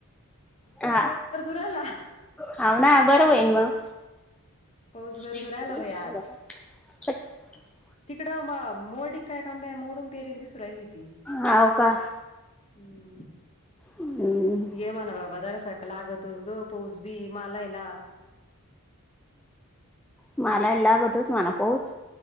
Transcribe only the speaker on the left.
राहिला
पाऊस
गरजू राहिला बाई आज तिकडं म मोडिक काय काढु मोडून पेरल दिसू राहिली ती
हम्म
येम्हणा माय बाघाय सा लागतोच ग पाऊस बी मालायला